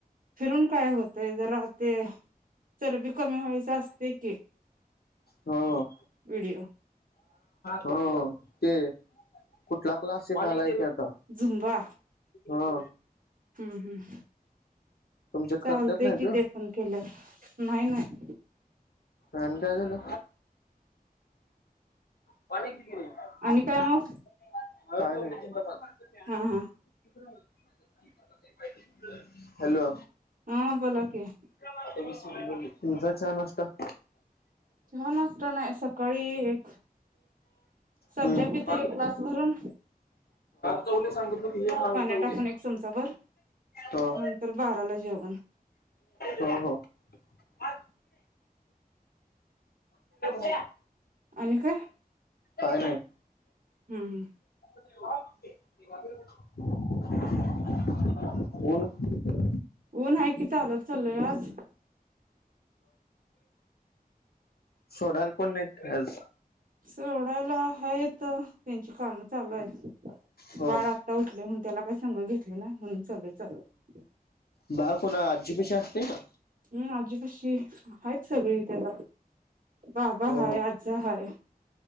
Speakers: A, on the right; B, on the left.
A: फिरून काय होतय जरा ते चरबी कमी व्हायच असतय की
B: ह
A: व्हडिओ
B: ह ते कुठला क्लास शिकाला येत्यात
A: झुंबा
B: हा
A: हं हं
B: तुमच्यात
A: चालतय
B: करतात नाही
A: किती
B: ते
A: पण केल्यावर नाही नाही
B: आणि काय झालं <unintelligible>
A: आणि काय मग हा हा
B: <inaudible> हॅलो
A: हा बोला की
B: <unintelligible> तुझा चहा -नास्टा
A: चहा नाष्टा नाय सकाळी एक सबजा
B: हम्म
A: पितो एक ग्लास भरून
B: <unintelligible> मार
A: पाण्यात
B: चवले
A: टाकून एक चमचाभर
B: हो
A: नंतर बाराला जेवण
B: हा हा <unintelligible>
A: आणि का
B: काय नाय
A: हूं हूं
B: <inaudible> <inaudible> <unintelligible>
A: ऊन हाय कि चालत चलोय आज
B: सोडायला कोण नाहीेत काय आज
A: सोडायला हायेत त्यांची काम चालू आहे
B: हो
A: बाळ आत्ता उठलय म्हणुन त्याला <unintelligible> संग घेतली ना म्हणून चलोय चालत
B: बाळ कोणा आजी पाशी असतय ना
A: हूं आजीपाशी हाईत सगळी त्याला बाबा
B: हो
A: हाय
B: हो
A: आज हाय